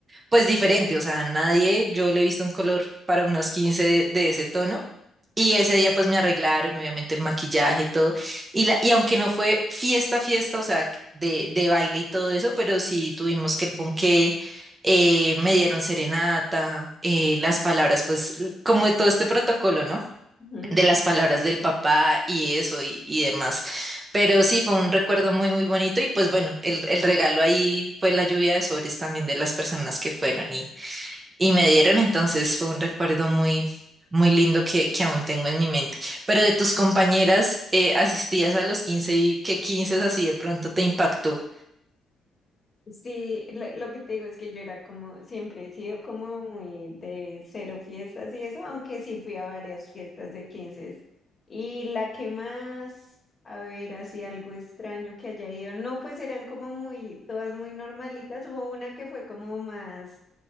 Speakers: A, on the right; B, on the left.
A: pues diferente, o sea, nadie, yo le he visto un color para unos 15 de ese tono. Y ese día pues me arreglaron, obviamente el maquillaje, todo. Y, la, y aunque no fue fiesta, fiesta, o sea, de, de baile y todo eso, pero sí tuvimos que el ponqué, eh, me dieron serenata, eh, las palabras, pues l- como de todo este protocolo, ¿no?
B: Ujú,
A: De las palabras
B: Sí, sí,
A: del papá
B: sí.
A: y eso y, y demás. Pero sí, fue un recuerdo muy, muy bonito y pues bueno, el, el regalo ahí fue la lluvia de sobres también de las personas que fueron y me dieron, entonces fue un recuerdo muy, muy lindo que, que aún tengo en mi mente. Pero de tus compañeras, eh, asistías a los quince y qué 15 así de pronto te impactó.
B: Sí, lo, lo que te digo es que yo era como, siempre he sido como muy de cero fiestas y eso, aunque sí fui a varias fiestas de 15. Y la que más, a ver, así algo extraño que haya ido, no, pues eran como muy, todas muy normalitas. Hubo una que fue como más,